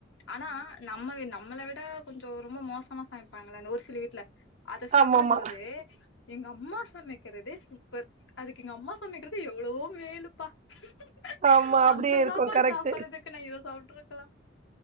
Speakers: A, on the left; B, on the right.
A: ஆனா நம்ம நம்மள விட கொஞ்சோ ரொம்ப மோசமா சமைப்பாங்கள அந்த ஒரு சில வீட்ல அத சாப்படும்
B: ஆமாமா
A: போது எங்க அம்மா சமைக்கிறதே சூப்பர் அதுக்கு எங்க அம்மா சமைக்கிறது எவ்ளவோ மேலுப்பா <inaudible>
B: ஆமா அப்டியே
A: அந்த
B: இருக்கு
A: சாப்பாடு
B: கரெக்ட்டு
A: சாப்பாறதுக்கு நா இத சாப்டுருக்கலா